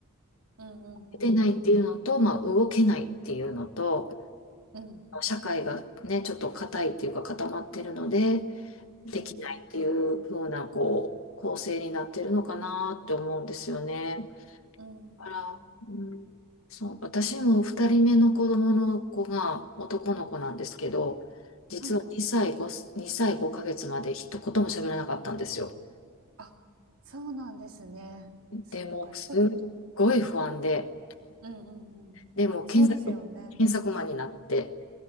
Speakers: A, on the right; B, on the left.
A: うん、うん、うん、
B: 出てないっていうのと、
A: うん、
B: まあ動けないっていうのと、
A: うん、
B: 社会がね、ちょっと硬いっていうか固まってるので、できないっていう風なこう構成になってるのかなって思うんですよね。
A: うん、うん
B: から、うん、そう、私も二人目の子供の子が男の子なんですけど、実は2歳5、
A: はい。
B: 2歳5ヶ月まで一言も喋らなかったんですよ。
A: あ、そうなんですね。そっか、
B: でも、すっごい不安で、
A: ちょっと。うん、うん、うん、
B: でも検索、
A: そうですよね。
B: 検索マンになって、